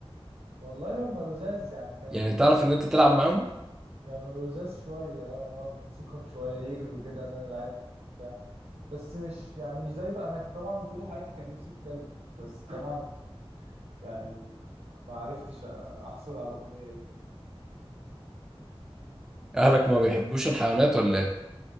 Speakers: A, on the right (about 85°); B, in the centre.
A: والله هم لزاز يعني كانوا
B: يعني
A: لزاز
B: تعرف ان انت تلعب معاهم
A: كانوا لزاز شوية اه نقعد نمسكهم شوية يجروا كده نلعبهم بتاع بس مش يعني مش زي انا ك- طبعا طول حياتي كان نفسي في كلب بس طبعا يعني ما عرفتش احصل على الأمنية دي
B: اهلك ما بيحبوش الحيوانات ولا ايه